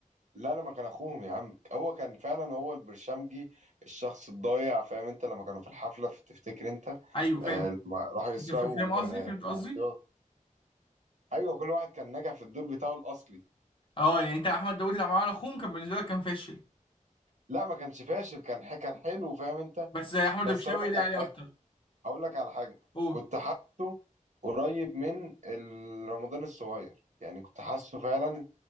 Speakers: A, on the right; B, on the left.
A: لا لما كان اخوهم يا عم هو كان فعلا هو البرشمجي الشخص الضايع فاهم انت لما كانوا في الحفله في تفتكر انت
B: ايوه فاهم
A: آه لما راحوا يسرقوا
B: انت فاهم قصدي
A: آه
B: فهمت قصدي
A: العربيات ايوه كل واحد كان ناجح في الدور بتاعه الاصلي
B: اه يعني انت احمد داوود لما عمل اخوهم كان بالنسبه لك كان فاشل
A: لا ما كانش فاشل كان ح- كان حلو فاهم انت
B: بس احمد
A: بس
B: الفيشاوي
A: اقول لك
B: ده
A: على
B: عليه
A: حاجه
B: اكتر
A: اقول لك على حاجه
B: قول
A: كنت حاسه قريب من ال- رمضان الصغير يعني كنت حاسه فعلا